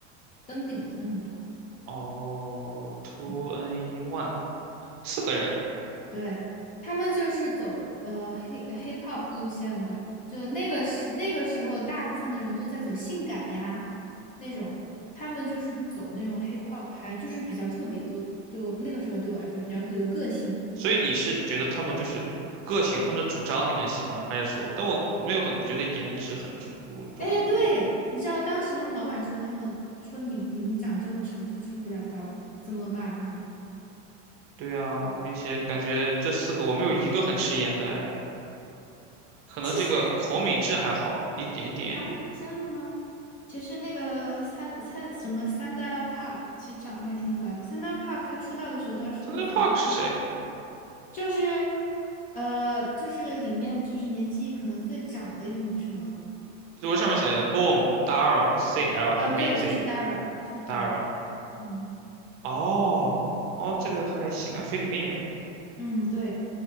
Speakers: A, on the left; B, on the right.
A: 登顶了的女团。
B: 哦，two
A: 嗯。
B: n e one 四个人，
A: 对，他们就是走呃 hip hip hop 路线的，就那个时那个时候，大部分的人都在走性感呀那种，他们就是走那种 hip hop 拍，就是比较特别的，对我那个时候对我来说比较有个性。
B: 所以你是觉得他们就是个性，他们的主张你很喜欢，还是说？但我没有很觉得颜值很出众，
A: 哎，对，
B: 哎，
A: 你知道当时他们老板说他们说你你们长这么丑是出不了道的，怎么骂他们？
B: 对啊，并且感觉这四个我没有一个很吃颜的，哎，可能这个孔敏智还好一点点。
A: 其实啊，真的吗？其实那个三三什么三 a n d a Park，其实长得还挺可爱的。三 a n d a Park 他出道的时候都二十六岁了。
B: s o u t h e Park 是谁？
A: 就是，呃，就是里面就是年纪可能最长的一个女生了。
B: 我上面写的 Boom、Dara、CL 和
A: 哦，
B: Minzy、
A: 对，就是 Dara，就是
B: Dara。
A: Dara。嗯。
B: 哦，哦，这个还行啊，菲律宾人
A: 嗯，对，